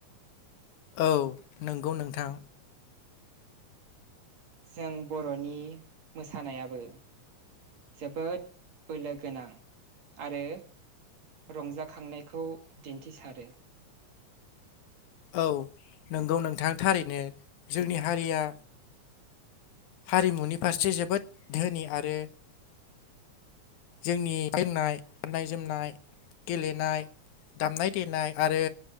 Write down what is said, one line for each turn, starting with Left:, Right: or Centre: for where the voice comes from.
Left: औ नोंगौ नोंथां
Right: जों बर'नि मोसानायाबो जोबोद बोलो गोनां आरो रंजाखांनाय खौ दिन्थिसारो
Left: औ नंगौ नोंथां थारैनो जोंनि हारिया हारिमुनि फारसे जोबोद धोनि आरो जोंनि <unintelligible> गाननाय जोमनाय गेलेनाय दामनाय देनाय आरो